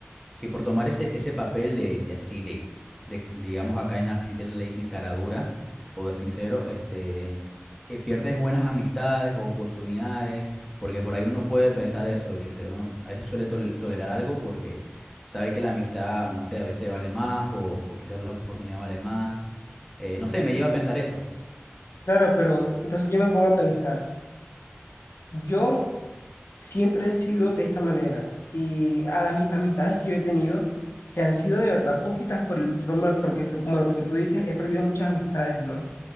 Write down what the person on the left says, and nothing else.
Claro, pero entonces yo me pongo a pensar, yo Siempre he sido de esta manera y a las mi- amistades que yo he tenido, que han sido de verdad poquitas por el, forma- porque lo- como lo que tú dices, he perdido muchas amistades, ¿no?